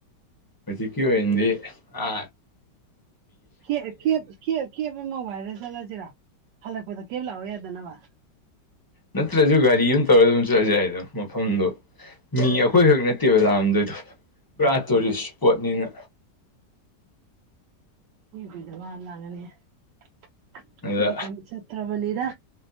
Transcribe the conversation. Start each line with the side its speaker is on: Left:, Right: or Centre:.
Left: ꯍꯧꯖꯤꯀꯤ ꯑꯣꯏꯣꯏꯗꯤ ꯑ
Right: ꯀ ꯃꯣꯕꯥꯏꯜ ꯐꯦ ꯆꯠꯂꯁꯤꯔ ꯍꯜꯂꯛꯄꯗ ꯀꯦꯞ ꯂꯥꯛꯑꯣ ꯌꯥꯗꯅꯕ
Left: ꯅꯠꯇ꯭ꯔꯁꯨ ꯒꯥꯔꯤ ꯑꯃ ꯇꯧꯔꯒ ꯑꯗꯨꯝ ꯆꯠꯖꯩꯗꯣ ꯃꯐꯝꯗꯣ ꯃꯤ ꯑꯩꯈꯣꯏꯈꯛ ꯅꯠꯇꯦꯕ ꯂꯥꯑꯝꯗ ꯑꯗꯨ ꯄꯨꯔꯥ ꯇꯨꯔꯤꯁ
Right: ꯎꯝ
Left: ꯏꯁꯄꯣꯠꯅꯤꯅ
Right: ꯌꯨꯕꯤꯗꯕ ꯂꯥꯡꯉꯅꯤ ꯑꯩꯈꯣꯏꯗꯤ
Left: ꯑꯗ
Right: ꯀꯩꯝ ꯆꯠꯇ꯭ꯔꯕꯅꯤꯗ